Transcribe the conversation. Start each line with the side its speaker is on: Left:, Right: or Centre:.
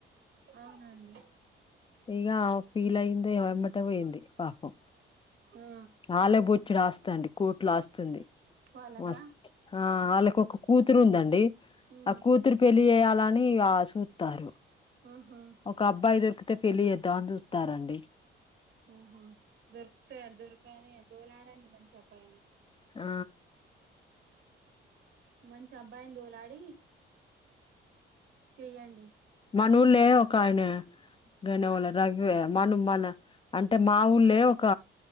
Right: అవునండి
Left: ఇగ ఆమె ఫీల్ అయిందోమో ఎమ్మటే పోయింది పాపం
Right: ఆ
Left: ఆల్లే బొచ్చెడు ఆస్తండి కోట్ల ఆస్తుంది
Right: వాళ్ళగా
Left: మస్తు ఆ వాళ్లకు ఒక కూతురు ఉందండి
Right: ఉమ్
Left: ఆ కూతురు పెళ్ళి జేయాలని ఆ సూత్తార్రు
Right: ఆహా
Left: ఒక అబ్బాయి దొరికితే పెళ్లి జేద్దామని జూత్తారండి
Right: ఉమ్ హ్ దొరుకుతయ దొరకని దోలాడండి మంచి అబ్బాయిని
Left: ఆ
Right: మంచి అబ్బాయిన్ దోలాడి చెయ్యండి
Left: మనూళ్లే ఒకాయనె గనెవలో
Right: ఆ
Left: రగ్ వే మను మల్ల అంటే మా ఊళ్లే ఒక